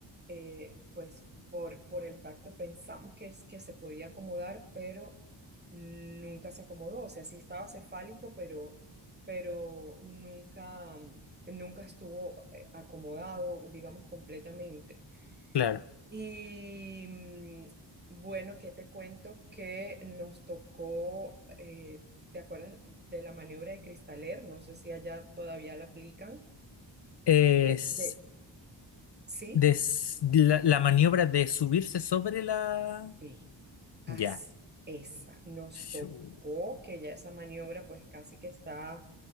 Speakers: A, on the right; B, on the left.
A: eh, pues por, por el tacto pensamos que, es, que se podía acomodar, pero nunca se acomodó. O sea, sí estaba cefálico, pero, pero nunca, mm, nunca estuvo eh, acomodado, digamos, completamente.
B: claro.
A: Y mm, bueno, ¿qué te cuento? Que nos tocó, eh, ¿te acuerdas de la maniobra de Cristaler? No sé si allá todavía la aplican
B: Es
A: eh, de, Sí,
B: des- la, la maniobra de subirse sobre la...
A: Sí, así,
B: Ya.
A: esa. Nos
B: Shu-
A: tocó que ya esa maniobra pues casi que está